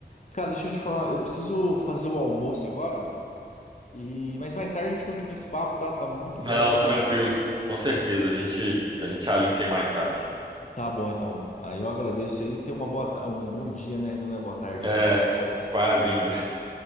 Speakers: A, on the left; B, on the right.
A: Cara, deixa eu te falar, eu preciso fazer o almoço agora, e mas mais tarde a gente continua esse papo, tá? Tá muito
B: Não,
A: bom, hein?
B: tranquilo. Com certeza, a gente a gente alinha isso aí mais tarde.
A: Tá bom, então. Aí eu agradeço aí, e tenha uma boa, ta- um bom dia, né? Ainda não é boa tarde
B: É,
A: ainda, tá quase.
B: quase ainda.